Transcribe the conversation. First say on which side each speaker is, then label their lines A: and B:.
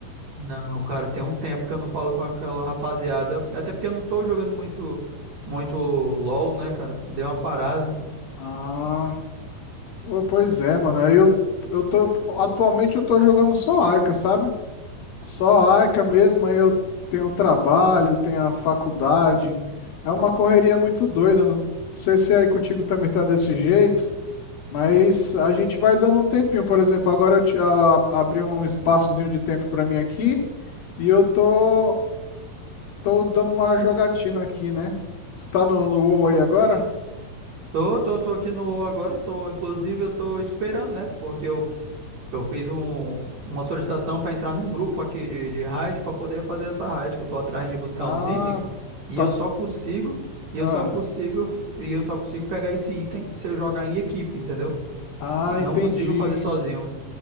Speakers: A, on the right (about 55°); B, on the left (about 70°).
A: Não, cara, tem um tempo que eu não falo com aquela rapaziada. Até porque eu não tô jogando muito, muito LOL, né, cara? Dei uma parada.
B: Ah. Pô, Pois é, mano. Aí eu, eu tô. Atualmente eu tô jogando só Aika, sabe? Só Aika mesmo. Aí eu tenho o trabalho, tenho a faculdade. É uma correria muito doida. Não sei se é aí contigo também tá desse jeito, mas a gente vai dando um tempinho. Por exemplo, agora eu te- a- abri um espaçozinho de tempo pra mim aqui e eu tô, tô dando uma jogatina aqui, né? Tu tá no, no WoW aí agora?
A: Tô, tô, tô aqui no UOL agora, tô, inclusive eu tô esperando, né? Porque eu, eu fiz um, uma solicitação para entrar num grupo aqui de, de raid para poder fazer essa raid, que eu tô atrás de buscar
B: Ah,
A: uns itens e
B: tá.
A: eu só consigo, e
B: Ah,
A: eu só consigo, e eu só consigo pegar esse item se eu jogar em equipe, entendeu?
B: ah,
A: Não
B: entendi.
A: consigo fazer sozinho.